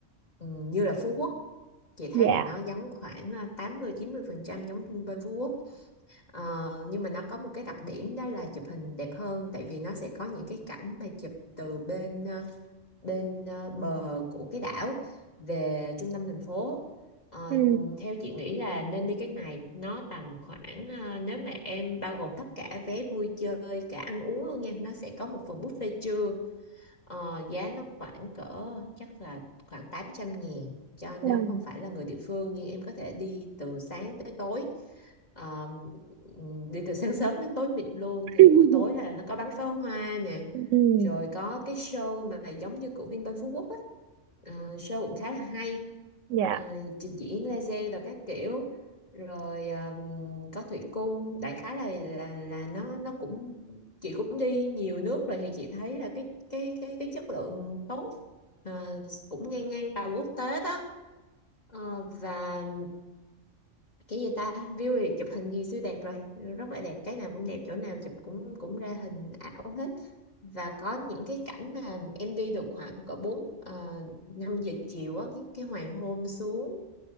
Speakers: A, on the left (about 35°); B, on the right (about 75°).
A: ừm, như là Phú Quốc. Chị
B: Dạ.
A: thấy là nó giống khoảng ờ, tám mươi chín mươi phần trăm giống Vinpearl Phú Quốc. Ờ, nhưng mà nó có một cái đặc điểm đó là chụp hình đẹp hơn tại vì nó sẽ có những cái cảnh mà chụp từ bên ờ, bên ờ, bờ của cái đảo về trung tâm thành phố Ờ,
B: Ừ.
A: ừ, theo chị nghĩ là nên đi cái này nó tầm khoảng ờ, nếu mà em bao gồm tất cả vé vui chơi cả ăn uống luôn nha nó sẽ có một phần buffet trưa Ờ, giá nó khoảng cỡ chắc là khoảng tám trăm nghìn. cho nếu
B: Vâng.
A: không phải là người địa phương nhưng em có thể đi từ sáng tới tối Ờ, ừm, đi từ sáng sớm đến tối mịt luôn
B: <laughs>
A: thì buổi tối là nó có bắn pháo hoa nè
B: Ừ.
A: rồi có cái show mà giống như của Vinpearl Phú Quốc á Ờ, show cũng khá là hay
B: Dạ.
A: Ờ, trình diễn laser rồi các kiểu rồi ờm, có thủy cung đại khái là là là nó nó cũng chị cũng đi nhiều nước rồi thì chị thấy là cái cái cái cái chất lượng tốt ờ, cũng ngang ngang tầm quốc tế đó Ờ, và cái gì ta view thì chụp hình thì siêu đẹp rồi rất là đẹp cái nào cũng đẹp chỗ nào chụp cũng cũng ra hình ảo hết và có những cái cảnh mà em đi được khoảng cỡ 4 uh, 5 giờ chiều á cái cái hoàng hôn xuống